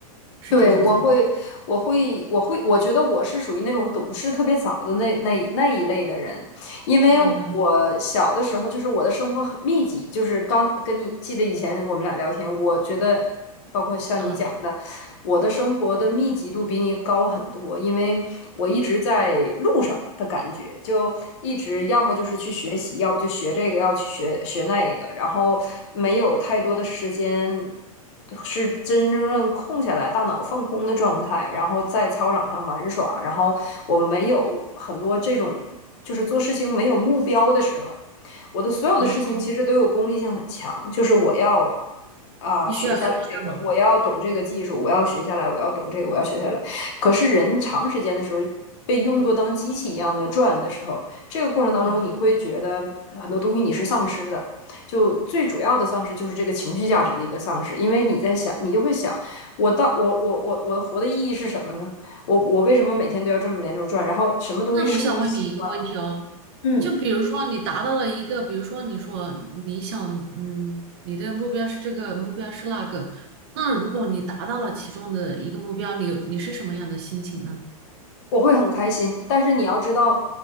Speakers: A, on the right; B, on the left.
A: 是这样子啊。
B: 对，我会，我会，我会，我觉得我是属于那种懂事特别早的那那那一类的人，因为我小的时候就是我的生活很密集，
A: 哇，
B: 就是刚跟你记得以前我们俩聊天，我觉得包括像你讲的，
A: 嗯
B: 我的生活的密集度比你高很多，因为我一直在路上的感觉，就一直要么就是去学习，要不就学这个，要不去学学那个，然后没有太多的时间是真真正正空下来，大脑放空的状态，然后在操场上玩耍，然后我没有很多这种就是做事情没有目标的时候。我的所有的事情其实都有功利性很强，
A: 啊，
B: 就是我要啊、
A: 必须要干嘛干嘛，
B: 学下来这个，我要懂这个技术，我要学下来，我要懂这个，我要学下来。可是人长时间的时候被用作当机器一样的转的时候，这个过程当中你会觉得很多东西你是丧失的。
A: 嗯。
B: 就最主要的丧失就是这个情绪价值的一个丧失，因为你在想，你就会想，我到我我我我活的意义是什么呢？我我为什么每天都要这么连轴转？然后什么东西是我喜欢。
A: 那我想问你一个问题哦，
B: 嗯。
A: 就比如说你达到了一个，比如说你说你想，嗯，你的目标是这个，目标是那个，那如果你达到了其中的一个目标，你你是什么样的心情呢？
B: 我会很开心，但是你要知道，